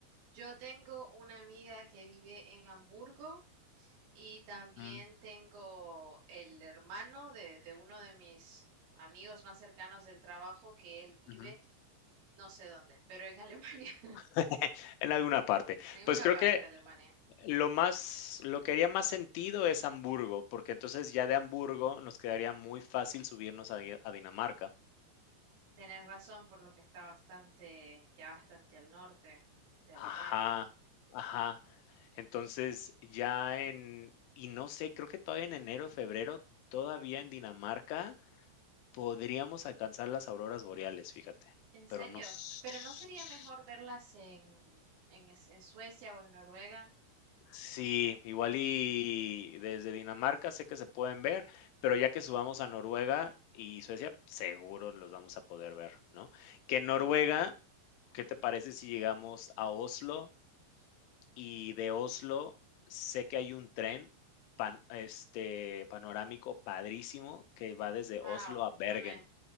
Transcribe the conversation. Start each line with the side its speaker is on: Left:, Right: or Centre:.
Right: Yo tengo una amiga que vive en Hamburgo Y también
Left: Mm,
Right: tengo el hermano de, de uno de mis amigos más cercanos del trabajo que él vive
Left: ujú.
Right: no sé dónde, pero en Alemania, <laughs>
Left: <laughs> En alguna parte.
Right: en
Left: Pues
Right: una
Left: creo
Right: parte
Left: que
Right: de Alemania.
Left: Lo más lo que haría más sentido es Hamburgo, porque entonces ya de Hamburgo nos quedaría muy fácil subirnos ahí a Dinamarca.
Right: Tenés razón por lo que está bastante, ya bastante al norte de Alemania.
Left: Ajá, ajá. Entonces, ya en y no sé, creo que todavía en enero, febrero, todavía en Dinamarca podríamos alcanzar las auroras boreales, fíjate,
Right: ¿En serio?
Left: pero no s
Right: ¿Pero no sería mejor verlas en, en, es- en Suecia o en Noruega?
Left: Sí, igual y desde Dinamarca sé que se pueden ver, pero ya que subamos a Noruega y Suecia, seguro los vamos a poder ver, ¿no? Que en Noruega, ¿qué te parece si llegamos a Oslo? Y de Oslo sé que hay un tren pan- este, panorámico padrísimo que va desde
Right: Wow,
Left: Oslo a Bergen.
Right: no me...